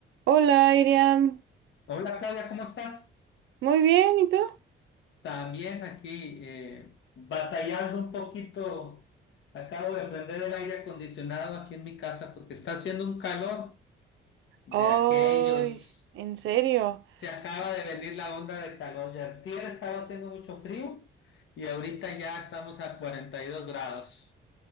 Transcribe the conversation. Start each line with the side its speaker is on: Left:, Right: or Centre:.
Right: Hola, Iriam.
Left: Hola Claudia, ¿cómo estás?
Right: Muy bien, ¿y tú?
Left: También aquí eh, batallando un poquito. Acabo de prender el aire acondicionado aquí en mi casa porque está haciendo un calor de
Right: Ay,
Left: aquellos.
Right: ¿en serio?
Left: Se acaba de venir la onda de calor. Ya antier estaba haciendo mucho frío y ahorita ya estamos a 42 grados.